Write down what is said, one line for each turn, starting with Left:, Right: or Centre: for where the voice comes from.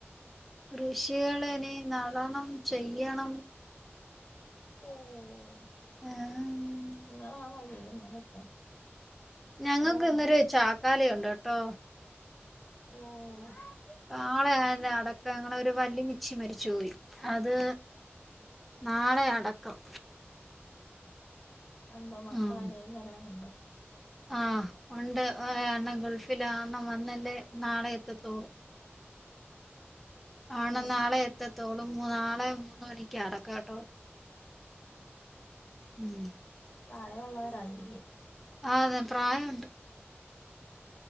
Centre: കൃഷികള് ഇനി നടണം ചെയ്യണം
Left: ഓഹ്
Centre: ആ
Left: നിങ്ങളാണാ ചെയ്യുന്നതൊക്കെ
Centre: ഞങ്ങൾക്ക്
Left: അതോ
Centre: ഇന്നൊരു ചാക്കാലയുണ്ടട്ടോ
Left: ഓഹ്
Centre: കാളയായന്റെ അടക്ക അങ്ങനെ ഒരു വല്ലിമി ച്ചി മരിച്ചുപോയി അത് നാളെയാ അടക്കം
Left: അന്താ മക്കള്
Centre: ഉം
Left: ആരേലും വരാനുണ്ടോ
Centre: ആഹ് ഉണ്ട് ഒരണ്ണം ഗൾഫിലാ അണ്ണം വന്നല്ലേ നാളെ എത്തത്തോളൂ ആണ്
Left: ഓ
Centre: നാളെ എത്തത്തോളൂ നാളെ മൂന്ന് മണിക്ക അടക്കാട്ടോ ഉം
Left: പ്രായഉള്ളവരായിരിക്യും
Centre: ആഹ് അതെ പ്രായ ഉണ്ട്